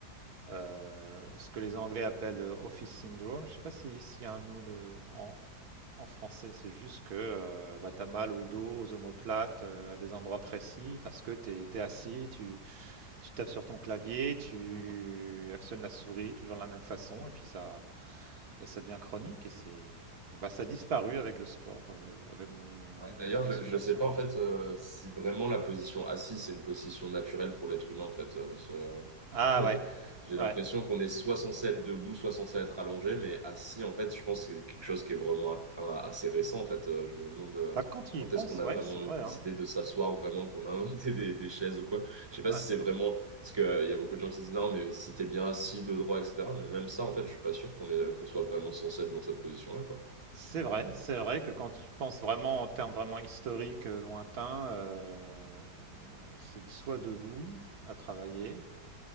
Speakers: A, on the right (about 65°); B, on the right (about 20°).
A: Euh, ce que les Anglais appellent euh, office syndrome. Je sais pas si- s'il y a un mot de- en, en français. C'est juste que tu as mal au dos, aux omoplates, euh, à des endroits précis parce que tu es, assis, tu Tu tapes sur ton clavier, tu actionnes la souris toujours de la même façon, et puis ça, et ça devient chronique. Et c'est, et bah, ça a disparu
B: hmm.
A: avec le sport, euh, avec mon,
B: Ouais, d'ailleurs,
A: ma musculation.
B: je, je sais pas en
A: ouais.
B: fait euh, si vraiment la position assise c'est une position naturelle pour l'être humain en fait. euh, parce, euh,
A: Ah
B: <laughs>
A: ouais,
B: j'ai
A: ouais.
B: l'impression qu'on est soit censé être debout, soit censé être allongé, mais assis en fait, je pense que c'est quelque chose qui est vraiment a- assez récent en fait. Euh, je me demande euh,
A: Bah, quand tu
B: quand
A: y penses,
B: est-ce qu'on a
A: ouais,
B: vraiment
A: c'est vrai, hein.
B: décidé de s'asseoir vraiment, qu'on a <laughs> inventé des, des chaises ou quoi. Je sais pas
A: Ouais.
B: si c'est vraiment parce que euh, il y a beaucoup de gens qui disent non, mais si t'es bien assis, dos droit, etc. Mais même ça en fait, je suis pas sûr qu'on est qu'on soit vraiment censé être dans cette position-là quoi.
A: C'est vrai,
B: Hmm.
A: c'est vrai que quand tu penses vraiment en termes vraiment historiques, euh, lointains, euh, c'est soit debout à travailler,